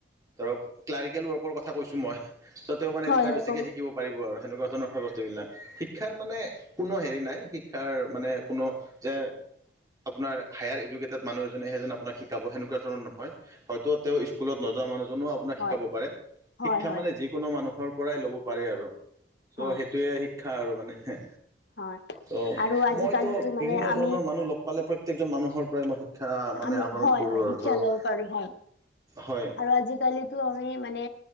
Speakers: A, on the right; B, on the left.
A: ধৰক ক্লাৰিকেল ৱৰ্কৰ কথা কৈছো মই, ত তেও
B: হয়
A: মানে তেতিয়া
B: হয়
A: বেছিকে
B: ক'ব
A: শিকিব পাৰিব আৰু সেনেকুৱা ধৰণৰ হয় বস্তুবিলাক, শিক্ষা মানে কোনো হেৰি নাই শিক্ষাৰ মানে কোনো যে আপোনাৰ হায়াৰ এডুকেটেত মানুহ এজনেহে যে আপোনাক শিকাব সেনেকোৱা ধৰণৰ ন হয়, হয়তো তেওঁ স্কুলত নযোৱা মানুহ এজনেও আপোনাক
B: হয়
A: শিকাব পাৰে,
B: হয়
A: শিক্ষা
B: হয় হয়
A: মানে যি কোনো মানুহৰ পৰাই ল'ব পাৰে আৰু চ'
B: হয়
A: সেইটোয়ে শিক্ষা আৰু মানে।
B: হয়
A: ত'
B: আৰু আজিকালিতো
A: মইতো বিভিন্ন
B: মানে
A: ধৰণৰ
B: আমি
A: মানুহ লগ পালে প্ৰত্যেকজন মানুহৰ পৰাই মই শিক্ষা মানে
B: আমি
A: আহৰণ
B: হয়
A: কৰোঁ
B: হয়
A: আৰু
B: শিক্ষা
A: ধৰক
B: ল'ব পাৰো হয়
A: হয়।
B: আৰু আজিকালিতো আমি মানে